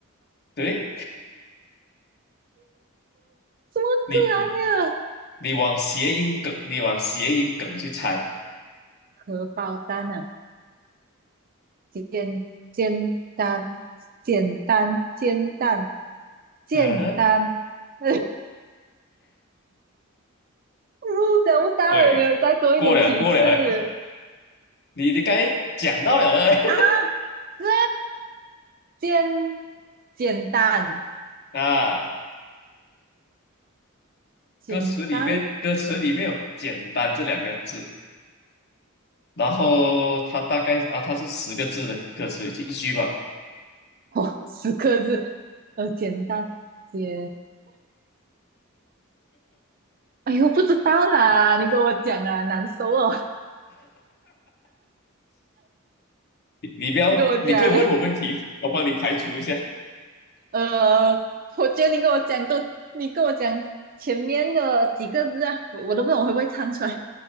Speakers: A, on the left; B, on the right.
A: 对
B: 么可爱啊？
A: 你你往谐音梗，你往谐音梗去猜。
B: 荷包蛋呐、啊简简单，简单，煎蛋，简单。
A: 嗯哼，
B: <laughs> 哎，我想不到有没有再多一点提示
A: 喂，过了过了，你你该讲到了嘞
B: 啊？这简简单，
A: <laughs> 啊。
B: 简单，
A: 歌词里面，歌词里面有“简单”这两个字，然后它大概啊，它是十个字的歌词一句吧。
B: <laughs> 哦，十个字，呃，简单，简，哎呦，不知道啦，你跟我讲啊，难受哦，
A: 你你不要，
B: <laughs> 你跟我讲。
A: 你可以问我问题，我帮你排除一下
B: 呃，<laughs> 我觉得你跟我讲多，你跟我讲前面的几个字啊，我我都不懂会不会唱出来。